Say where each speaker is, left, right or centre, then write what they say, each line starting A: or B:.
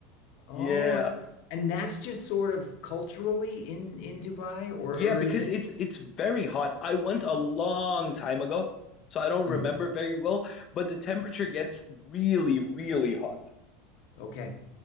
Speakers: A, on the left; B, on the left.
A: Oh,
B: Yeah.
A: and that's just sort of culturally in in Dubai, or
B: Yeah,
A: or
B: because
A: is it?
B: it's it's very hot. I went a long time ago, so I don't remember
A: mm-hmm.
B: very well, but the temperature gets really, really hot.
A: Okay.